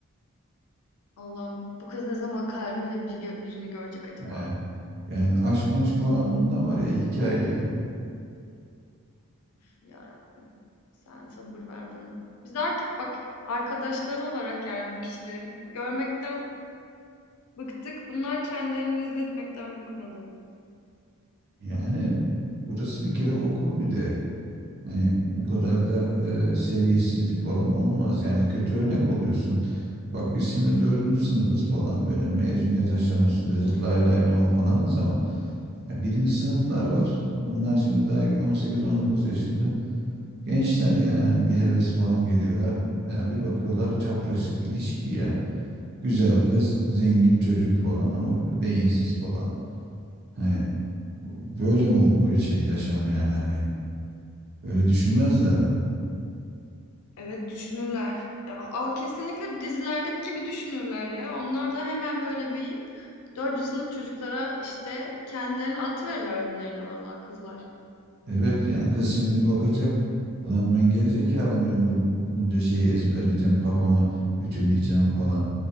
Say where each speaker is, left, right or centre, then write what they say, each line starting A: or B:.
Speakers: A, on the left (about 80°); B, on the right (about 45°).
A: Allah'ım bu kız ne zaman kalbiyle bir gö- birini görecek acaba?
B: He. Yani aşk maşk falan bunda var ya hikaye.
A: Uf, Ya Rabbim. Sen sabır ver bana. Biz artık bak arkadaşları olarak yani bu kişileri görmekten bıktık. Bunlar kendilerini rezil etmekten bıkmadı.
B: Yani burası bir kere okul bir de. Hani bu kadar da e, seviyesizlik falan olmaz. Yani kötü örnek oluyorsun. Bak biz şimdi dördüncü sınıfız falan böyle mezuniyet aşamasındayız. Lay lay lon falanız ama ya birinci sınıflar var. Bunlar şimdi daha 18-19 yaşında gençler yani hani bir heves falan geliyorlar. Yani bir bakıyorlar çapraşık ilişki ya. Güzel kız, zengin çocuk falan ama beyinsiz falan Hani böyle mi o- şey yaşam yani hani öyle düşünmezler mi?
A: Evet düşünürler. Ya, al kesinlikle dizilerdeki gibi düşünürler ya. Onlar da hemen böyle bir dördüncü sınıf çocuklara işte kendilerini atıverirler önlerine vallahi kızlar.
B: Evet yani kız şimdi bakacak ulan ben gerizekalı mıyım bu bunca şeyi ezberleyeceğim kafamı ütüleyeceğim falan.